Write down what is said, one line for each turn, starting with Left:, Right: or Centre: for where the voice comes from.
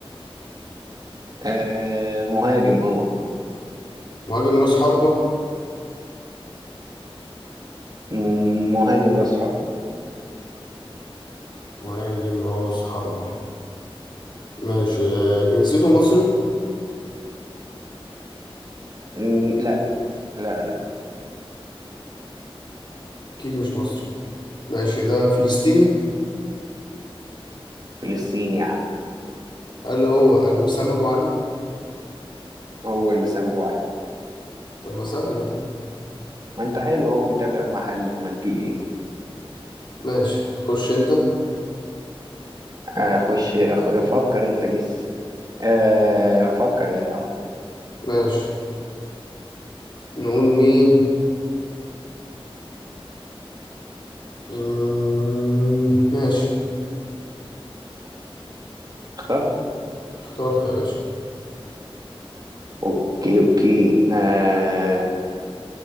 Right: آه مهاجم اه
Left: مهاجم راس حربة
Right: مم، مهاجم راس حربة
Left: مهاجم راس حربة ماشي آه، جنسيته مصري
Right: مم، لا لا لا
Left: اكيد مش مصري ماشي ده فلسطيني
Right: فلسطيني يا عم
Left: قال هو الوسام ابو علي
Right: هو الوسام ابو علي
Left: طب ما سهلة دي
Right: ما انت حلو هو متابع محلي امال في ايه
Left: ماشي تخش انت
Right: آه خش أخ... فكر انت جس آه فكر يعني اه
Left: ماشي نقول مين مم، ماشي
Right: اخترت
Left: اخترت يا باشا
Right: اوكي اوكي آه